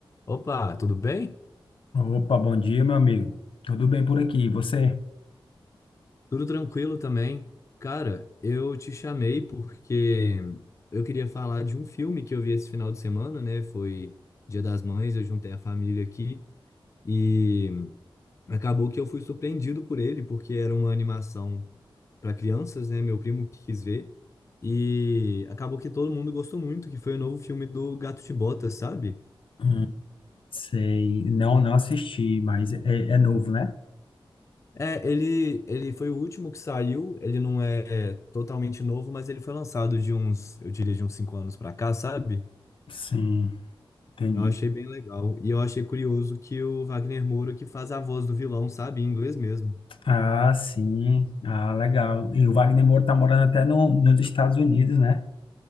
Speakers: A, on the left; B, on the left.
A: Opa, tudo bem?
B: Opa, bom dia, meu amigo. Tudo bem por aqui? E você?
A: Tudo tranquilo também. Cara, eu te chamei porque eu queria falar de um filme que eu vi esse final de semana, né? Foi Dia das Mães, eu juntei a família aqui e acabou que eu fui surpreendido por ele, porque era uma animação para crianças, né? Meu primo que quis ver. E acabou que todo mundo gostou muito, que foi o novo filme do Gato de Botas, sabe?
B: Hum, sei. Não, não assisti, mas é, é novo, né?
A: É, ele, ele foi o último que saiu, ele não é totalmente novo, mas ele foi lançado de uns, eu diria, de uns cinco anos pra cá, sabe?
B: Sim, entendi.
A: Eu achei bem legal. E eu achei curioso que o Wagner Moura que faz a voz do vilão, sabe? Em inglês mesmo.
B: Ah, sim. Ah, legal. E o Wagner Moura tá morando até no, nos Estados Unidos, né?